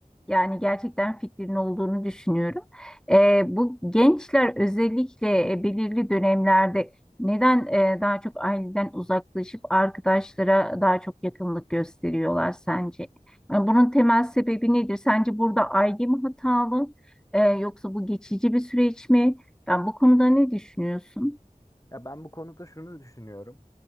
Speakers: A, in the centre; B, on the left.
A: yani gerçekten fikrin olduğunu düşünüyorum. Ee, bu gençler özellikle e, belirli dönemlerde neden e, daha çok aileden uzaklaşıp arkadaşlara daha çok yakınlık gösteriyorlar sence? Yani bunun temel sebebi nedir? Sence burada aile mi hatalı? Ee, yoksa bu geçici bir süreç mi? Ya bu konuda ne düşünüyorsun?
B: Ya ben bu konuda şunu düşünüyorum.